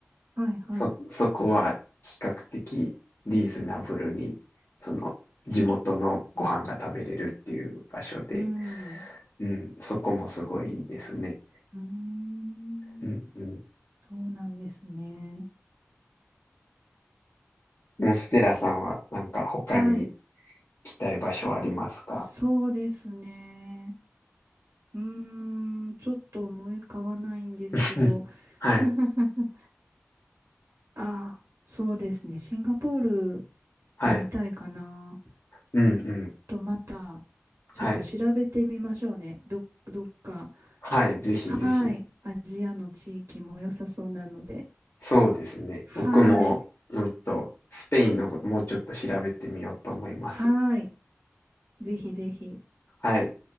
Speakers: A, on the right (about 85°); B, on the left (about 60°).
A: はいはい。
B: そ、そこは比較的リーズナブルに、その地元のご飯が食べれるっていう場所で、
A: うん。う
B: うん、そこもすごいいいですね。
A: ーん。
B: うんうん。
A: そうなんですね。
B: モンステラさんはなんか他に行
A: はい。
B: きたい場所ありますか
A: そうですね。うーん。ちょっと思い浮かばないんですけど。
B: <laughs> はい、
A: <laughs> ああ、そうですね。シンガポール行ってみたいかな。
B: はい、うんうん、
A: とまた、ちょっと調べてみましょうね。
B: はい、
A: ど、どっか。
B: はい、ぜひぜひ。
A: はい。アジアの地域も良さそうなので。
B: そうですね。
A: はい。
B: 僕も、うんと、スペインのこともうちょっと調べてみようと思います。
A: はい。ぜひぜひ。
B: はい。